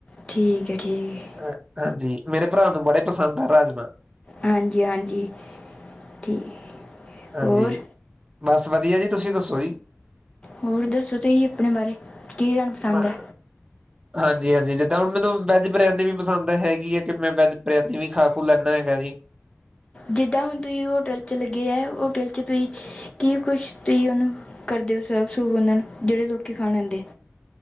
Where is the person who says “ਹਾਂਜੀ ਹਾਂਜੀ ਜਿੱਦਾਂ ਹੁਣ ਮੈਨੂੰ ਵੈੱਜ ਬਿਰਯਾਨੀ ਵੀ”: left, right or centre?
Right